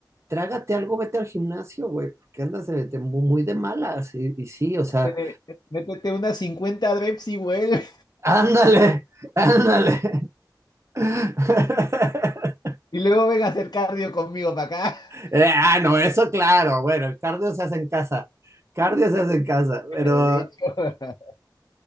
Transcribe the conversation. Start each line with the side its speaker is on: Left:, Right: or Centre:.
Right: trágate algo, vete al gimnasio, güey, porque andas de, de muy, muy de malas. Y, y sí, o sea,
Left: Te- Métete unas 50 reps y vuelve.
Right: ándale, ándale. <laughs>
Left: Y luego ven a hacer cardio conmigo para acá.
Right: Eh, ah, no, eso claro, bueno, el cardio se hace en casa. Cardio se hace en casa, pero
Left: De hecho, <laughs>